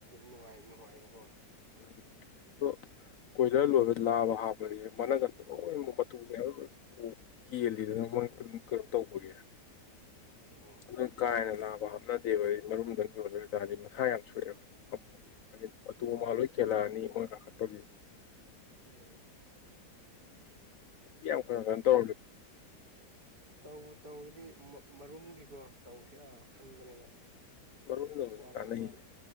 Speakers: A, on the right (about 65°); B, on the left (about 65°).
A: ꯅꯨꯡꯉꯥꯏꯕꯀꯣ
B: ꯎꯝ ꯑꯗꯣ ꯀꯣꯏꯗ ꯂꯣꯏꯕ ꯂꯥꯕ ꯍꯥꯞꯄꯦ ꯃꯅꯒꯟꯗꯣ ꯂꯣꯏꯅꯃꯛ ꯃꯇꯨ ꯃꯌꯥꯝꯕ ꯂꯣꯏ ꯀꯦꯜꯂꯤꯗꯅꯪ ꯃꯣꯏ ꯀꯩꯅꯣ ꯇꯧꯕꯒꯤꯦ
A: ꯍ ꯍꯣ
B: ꯑꯗꯨ ꯀꯥꯏꯅ ꯂꯥꯕ ꯍꯥꯞꯅꯗꯦꯕ ꯃꯔꯨꯝꯗꯪ ꯌꯣꯜꯂꯦꯕꯇꯥꯥꯔꯗꯤ ꯃꯁꯥ ꯌꯥꯝ ꯁꯣꯛꯑꯦꯕ ꯑꯃꯨꯛ ꯍꯥꯏꯗꯤ ꯃꯇꯨ
A: ꯎꯝ
B: ꯑꯃ ꯂꯣꯏ ꯀꯦꯜꯂꯛꯑꯅꯤ ꯃꯣꯏ ꯀꯥꯈꯠꯄꯒꯤ
A: ꯎꯝ
B: ꯌꯥꯝꯒ ꯇꯧꯔꯗꯣ
A: ꯇꯧ ꯇꯧꯔꯗꯤ ꯃꯔꯨꯝꯒꯤꯀꯣ ꯇꯧꯁꯤ ꯈꯟꯕꯅꯦꯕ
B: ꯃꯔꯨꯝꯗꯕꯨꯗꯤ
A: ꯋꯥꯁꯨ
B: ꯀꯥꯟꯅꯩ
A: ꯋꯥꯅ